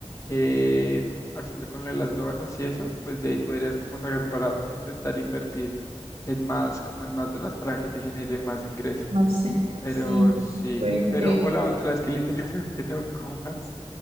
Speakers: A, on the left (about 30°); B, on the right (about 80°).
A: eh, haciendo con lo de las donas y eso, pues de ahí podrías como sacar para intentar invertir en más, como en más donas para que te genere más ingreso.
B: Más dinero,
A: Pero
B: sí.
A: sí,
B: Ok,
A: pero
B: ok.
A: o la otra es que literalmente <laughs> no comas.